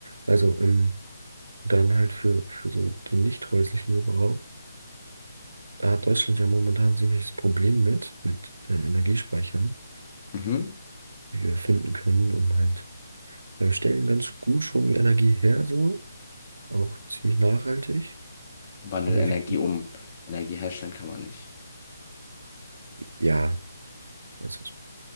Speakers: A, on the right; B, on the left.
A: Also, ähm, Dann halt für, für so den nicht häuslichen Gebrauch. Da hat Deutschland ja momentan ein ziemliches Problem mit, mit äh, Energiespeichern,
B: Mhm.
A: die wir finden können, um halt, ja, wir stellen ganz gut schon die Energie her, so, auch ziemlich nachhaltig.
B: Wandel
A: Aber
B: Energie
A: wir,
B: um. Energie herstellen kann man nicht.
A: ja, weiß was.